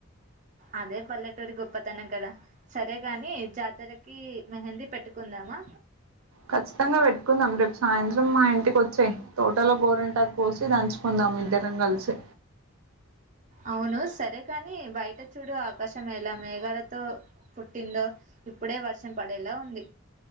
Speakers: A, on the right; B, on the right.
A: అదే పల్లెటూరి గొప్పతనం కదా సరేగాని జాతరకి మెహందీ పెట్టుకుందామా
B: ఖచ్చితంగా పెట్టుకుందాం రేపు సాయంత్రం మా ఇంటికి వచ్చెయ్ తోటలో గోరంట కోసి దంచుకుందాం ఇద్దరం కలిసి
A: అవును సరే కానీ బయట చూడు ఆకాశం ఎలా మేఘాలతో పుట్టిందో ఇప్పుడే వర్షం పడేలా ఉంది.